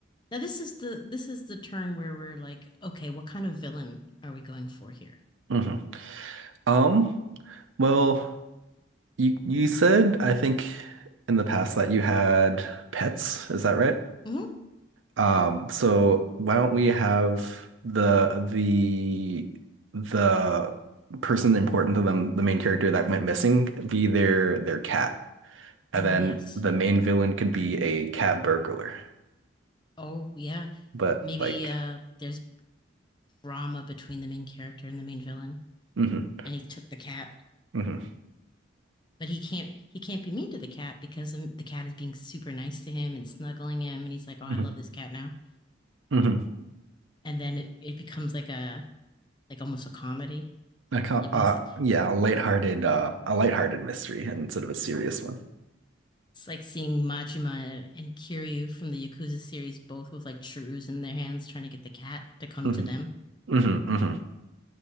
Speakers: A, on the left; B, on the right.
A: now this is the this is the turn where we're like, okay, what kind of villain are we going for here?
B: Mhm. Um, well, you you said I think in the past that you had pets, is that right?
A: hmm
B: Um, so why don't we have the the the person important to them, the main character that went missing, be their their cat. And
A: Oh,
B: then
A: yes.
B: the main villain could be a cat burglar.
A: Oh, yeah.
B: But
A: Maybe
B: like
A: uh there's drama between the main character and the main villain,
B: mhm,
A: and he took the cat.
B: mhm,
A: But he can't he can't be mean to the cat because um, the cat is being super nice to him and snuggling him, and he's like, "Oh,
B: mhm,
A: I love this cat now."
B: mhm.
A: And then it, it becomes like a like almost a comedy.
B: I can't,
A: They both
B: uh yeah, a lighthearted uh a lighthearted mystery instead of a serious one.
A: it's like seeing Majima and Kiryu from the Yakuza series both with like churus in their hands trying to get the cat to come
B: Mhm.
A: to them.
B: hmm hmm